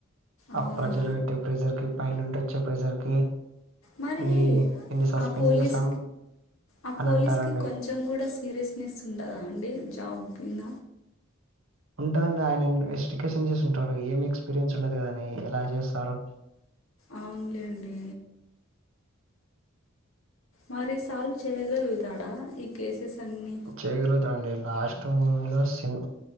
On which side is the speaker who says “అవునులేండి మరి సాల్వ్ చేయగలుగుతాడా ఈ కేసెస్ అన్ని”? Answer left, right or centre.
Left